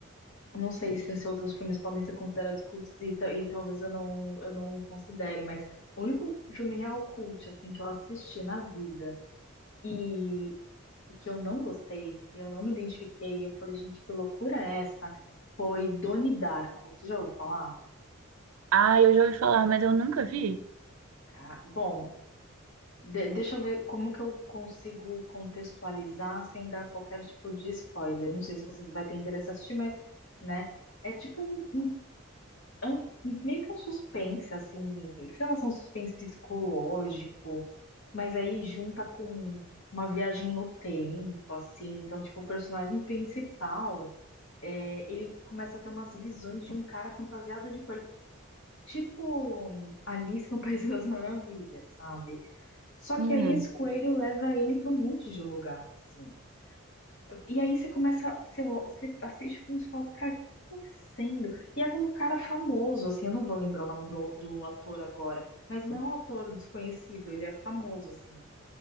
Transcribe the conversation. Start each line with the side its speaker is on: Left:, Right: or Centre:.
Left: Não sei se, se outros filmes podem ser considerados cultos e, ta- e talvez eu não, eu não considere, mas o único filme real cult, assim, que eu assisti na vida e, e que eu não gostei, eu não me identifiquei, e eu falei, gente, que loucura é essa? Foi Doni Darko. Você já ouviu falar?
Right: Ah, eu já ouvi falar, mas eu nunca vi.
Left: Ca- Bom, De- deixa eu ver como que eu consigo contextualizar sem dar qualquer tipo de spoiler. Não sei se você vai ter interesse em assistir, mas, né? É tipo um, um, é um- meio que um suspense, assim, sei lá, um suspense psicológico, mas aí junta com uma viagem no tempo, assim. Então, tipo, o personagem principal, é, ele começa a ter umas visões de um cara fantasiado de coelho, tipo Alice no País das Maravilhas, sabe? Só que
Right: Hum,
Left: aí esse coelho leva ele para um monte de lugar, assim. E aí você começa, você, você assiste o filme e fala, cara, o que tá acontecendo? E é com um cara famoso, assim, eu não vou lembrar o nome do, do ator agora, mas não é um ator desconhecido, ele é famoso, assim.